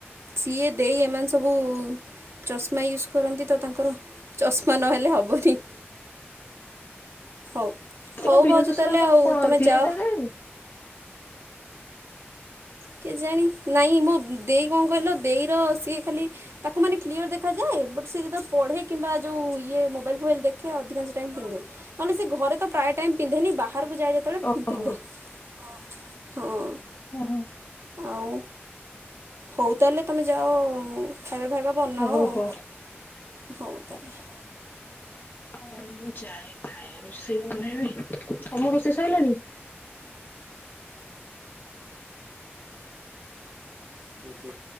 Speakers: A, on the right; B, on the left.
A: ସିଏ ଦେଇ ଏମାନେ ସବୁ ଚଷମା ୟୁଜ୍ କରନ୍ତି ତ ତାଙ୍କର ଚଷମା ନହେଲେ ହବନି। ହଉ
B: ତା
A: ହଉ
B: ବିନା
A: ଭାଉଜ
B: ଚଷମାରେ
A: ତାହେଲେ
B: ତାଙ୍କୁ
A: ଆଉ
B: କଣ
A: ତମେ
B: କ୍ଲିଅର
A: ଯାଅ
B: ଦେଖାଯାଏନି।
A: କେଜାଣି ନାଇଁ ମୋ ଦେଇ କଣ କହିଲ ଦେଇର ସିଏ ଖାଲି ତାକୁ ମାନେ କ୍ଲିୟର ଦେଖାଯାଏ, ବଟ ସେ ଯେତେବେଳେ ପଢେ କିମ୍ବା ଯୋଉ ଇଏ ମୋବାଇଲ ଫୋବାଇଲ ଦେଖେ। ଅଧିକାଂଶ ଟାଇମ ପିନ୍ଧେ ନହେଲେ ସେ ଘରେ ତ ପ୍ରାୟ ଟାଇମ ପିନ୍ଧେନି ବାହାରକୁ ଯାଏ ଯେତେବେଳେ
B: ଓହୋ
A: ପିନ୍ଧେ ହଁ ହଁ।
B: ଓହ।
A: ଆଉ ହଉ ତାହେଲେ ତମେ ଯାଅ ଖାଇବା ଫାଇବା ବନାଅ
B: ହଉ ହଉ
A: ଆଉ
B: ହଉ।
A: ହଉ ତାହାଲେ।
B: ହଁ ମୁଁ ଯାଏ ଯାଏ ରୋଷେଇ ବନେଇବି ତମ ରୋଷେଇ ସରିଲାଣି?
A: <inaudible>